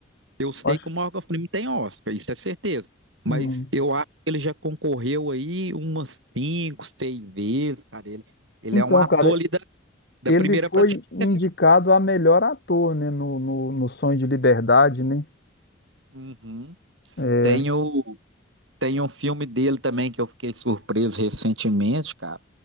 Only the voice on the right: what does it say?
eu sei
que o Morgan Freeman tem Oscar, isso é certeza. Mas
eu acho que ele já concorreu aí umas cinco, seis vezes, cara. Ele, ele
é um ator
ali da, da
primeira
prateleira.
Uhum.
Tem o, tem um filme dele também que eu fiquei surpreso recentemente, cara.